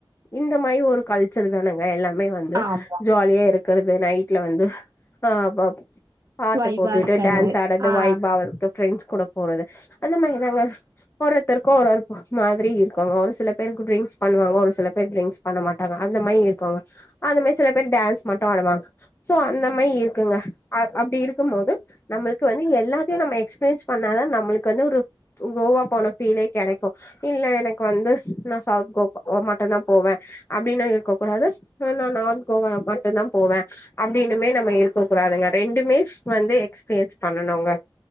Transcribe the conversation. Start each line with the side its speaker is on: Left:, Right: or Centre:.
Left: இந்த மாரி ஒரு கல்ச்சர் தானுங்க மே வந்து
Right: ஆமா.
Left: ஜாலியா இருக்குறது நைட்ல வந்து ஆ பப் பாட்ட
Right: வைபா
Left: போட்டுக்கிட்டு
Right: இருக்கிறது.
Left: டான்ஸ் ஆடறது
Right: ஆ.
Left: வைபா அவர்க்கு ஃப்ரெண்ட்ஸ் கூட போறது அந்த மாரி நாங்க ஒவ்வோர்த்தருக்கோ ஒரு ஒரு மாரி இருக்கோங்க ஒரு சில பேருக்கு ட்ரிங்க்ஸ் பண்ணுவாங்க ஒரு சில பேர் டிரிங்க்ஸ் பண்ண மாட்டாங்க அந்த மாரி இருக்கோங்க அந்த மாரி சில பேர் டான்ஸ் மட்டோ ஆடுவாங்க சோ அந்த மாயி இருக்குங்க அ அப்டி இருக்கும் போது நம்மளுக்கு வந்து எல்லாத்தையும் நம்ம எக்ஸ்பீரியன்ஸ் பண்ணாதான் நம்மளுக்கு வந்து ஒரு கோவா போன ஃபீலே கெடைக்கும் இல்ல எனக்கு வந்து நான் சவுத் கோ மட்டுந்தா போவேன் அப்டினோ இருக்க கூடாது ஆ நான் நார்த் கோவா மட்டுந்தா போவேன் அப்படின்னுமே நம்ம இருக்க கூடாதுங்க ரெண்டுமே வந்து எக்ஸ்பீரியன்ஸ் பண்ணனுங்க